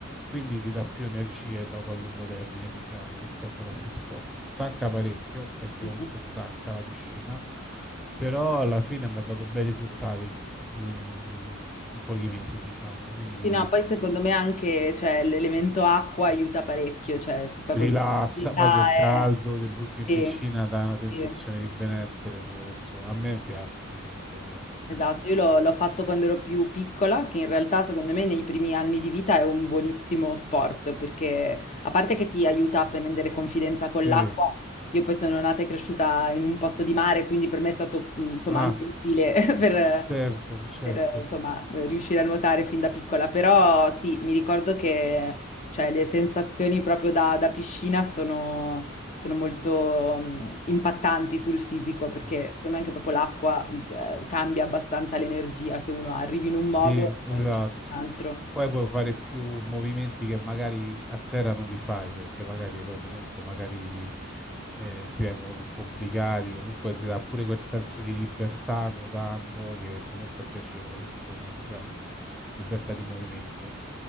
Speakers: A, in the centre; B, on the left (about 35°).
A: quindi ti dà più energie dopo a lungo termine, diciamo, rispetto ad altri sport. Stanca parecchio, perché
B: Mm,
A: comunque
B: mm.
A: stanca
B: mm.
A: la piscina, però alla fine mi ha dato bei risultati. In in pochi mesi, diciamo, quindi
B: Sì, no, poi secondo me anche, cioè, l'elemento acqua aiuta parecchio, cioè tutta
A: rilassa,
B: questa attività
A: poi col
B: è...
A: caldo, ti butti in
B: Sì,
A: piscina, dà una sensazione
B: sì.
A: di benessere pure, insomma, a me piace, a me comunque piace.
B: Esatto,
A: <laughs>
B: io l'ho l'ho fatto quando ero più piccola, che in realtà secondo me nei primi anni di vita è un buonissimo sport, perché a parte che ti aiuta a prendere confidenza
A: Sì,
B: con l'acqua, io poi sono nata e cresciuta in un posto di mare, quindi per me è stato mh, insomma
A: ah,
B: anche utile <laughs> per,
A: certo, certo.
B: per, insomma, riuscire a nuotare fin da piccola, però sì, mi ricordo che cioè, le sensazioni proprio da, da piscina sono sono molto mh, impattanti sul fisico perché
A: Ah.
B: secondo me anche proprio l'acqua mh, eh, cambia abbastanza l'energia che uno ha, arrivi in un
A: Sì,
B: modo e
A: esatto.
B: esci in un altro.
A: Poi puoi fare più movimenti che magari a terra non li fai, perché magari poi comunque magari eh, ti vengono più complicati, comunque ti dà pure quel senso di libertà nuotando che comunque è piacevole, insomma, diciamo, libertà di movimento.